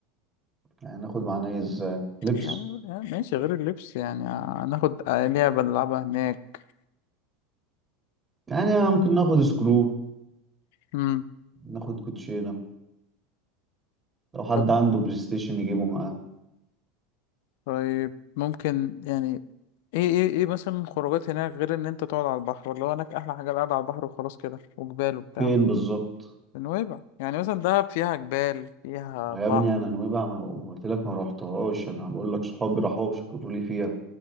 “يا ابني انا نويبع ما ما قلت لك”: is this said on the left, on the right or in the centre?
Right